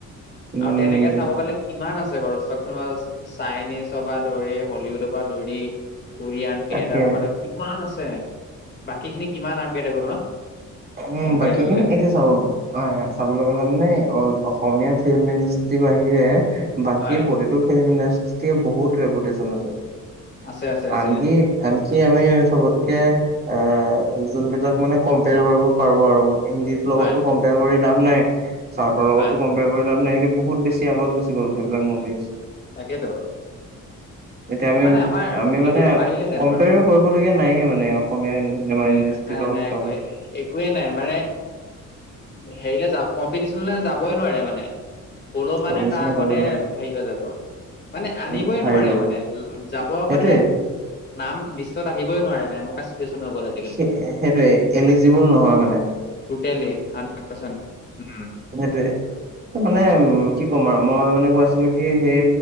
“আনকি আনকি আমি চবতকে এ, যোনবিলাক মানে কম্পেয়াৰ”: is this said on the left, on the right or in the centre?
Right